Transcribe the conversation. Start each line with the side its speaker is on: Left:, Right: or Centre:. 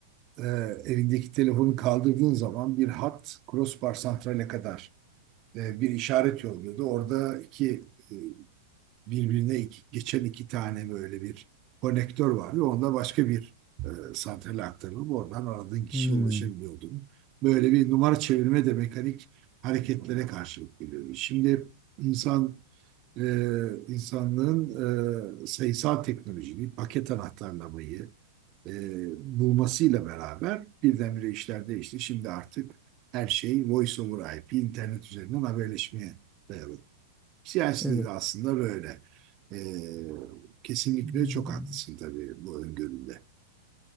Right: e, evindeki telefonu kaldırdığın zaman bir hat crossbar santrale kadar e, bir işaret yolluyordu. Orada iki e, birbirine iki- geçen iki tane böyle bir konektör vardı. Onda başka bir e, santrale aktarılıp oradan aradığın kişiye
Centre: Hmm,
Right: ulaşabiliyordun. Böyle bir numara çevirme de mekanik hareketlere karşılık geliyordu. Şimdi insan e, insanlığın e, sayısal teknolojiyi, paket anahtarlamayı e, bulmasıyla beraber birdenbire işler değişti. Şimdi artık her şey Voice over IP, internet üzerinden haberleşmeye dayalı. Siyasi
Centre: evet.
Right: de aslında böyle. Ee, kesinlikle
Centre: Hmm.
Right: çok haklısın tabii bu öngöründe.